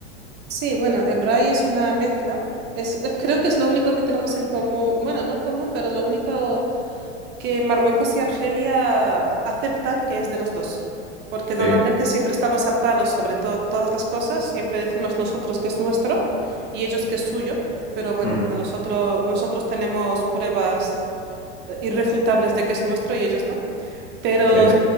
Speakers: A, on the right (about 30°); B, on the left (about 25°).
A: Sí, bueno, el Rai es una mezcla. Es, <laughs> creo que es lo único que tenemos en común, bueno, no en común, pero lo único que Marruecos y Argelia aceptan que es de los dos. Porque
B: Sí,
A: normalmente siempre estamos a palos sobre to- todas las cosas, siempre decimos nosotros que es nuestro y ellos que es suyo, pero bueno,
B: Mm,
A: a nosotros, nosotros tenemos pruebas eh, irrefutables de que es nuestro y ellos no. Pero
B: sí.